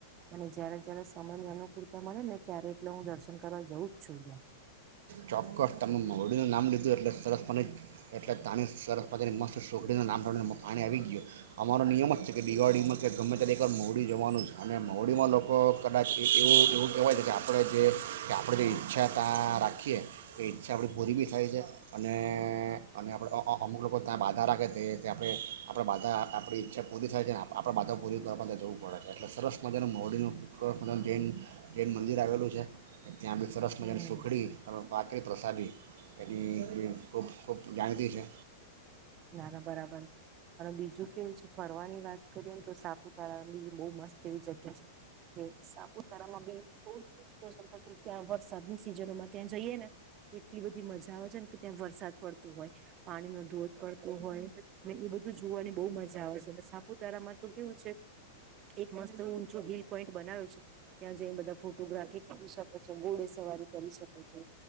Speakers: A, on the right; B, on the right.
A: અને જયારે જ્યારે સમયની અનુકૂળતા મળે ને ત્યારે એટલે હું દર્શન કરવા જવું જ છું ત્યાં
B: ચોક્કસ તમે મહુડીનું નામ લીધું એટલે સરસ પતી એટલે તાણી સરસ પતીની મસ્ત સુખડીનું નામ લને પાણી આવી ગયું અમારો નિયમ જ છે કે દિવાળીમાં કે ગમે ત એકવાર મહડી જવાનું છે અને મહડીમાં લોકો કદાચ એ એવું એવું કહેવાય છે કે આપણે જે કે આપણે જે ઈચ્છા ત્યાં રાખી રાખીએ એ ઈચ્છા આપણી પૂરી બી થાય છે અને અને આપણે અમુક લોકો ત્યાં બાધા રાખે તે આપણે આપણા બાધા આપણી ઈચ્છા પૂરી થાય છે અને આપણા બાધા પૂરી કરવા માટે જવું પડે છે એટલે સરસ મજાનું મોરડીનું સર મજાનું જૈન જૈન મંદિર આવેલું છે ત્યાં બી સરસ
A: હમ
B: મજની સુખડી પાત્રળ પ્રસાદી એની ખૂબ ખૂબ જાણતી છે
A: ના ના બરાબર છે અને બીજું કેવું છે ફરવાની વાત કરીએ ને તો સાપુતારા બી બહ મસ્ત એવી જગ્યા છે કે સાપુતારામાં બી બ જત ત્યાં વરસાદની સિઝનોમાં ત્યાં જઈએે ને એટલી બધી મજા આવે છે ને કે ત્યાં વરસાદ પડતું હોય પાણીનો ધોધ પડત હોય ને એ બધું જોવાની બહુ મજા આવે છે અને સાપુતારામાં તો કેવું છે એક મસ્ત ઊંચો વલ પોઈન્ટ બનાવ્યો છે ત્યાં જઈને બધા ફોટોગ્રાફી કરી શકે છે ગોડે સવારી કરી શકે છે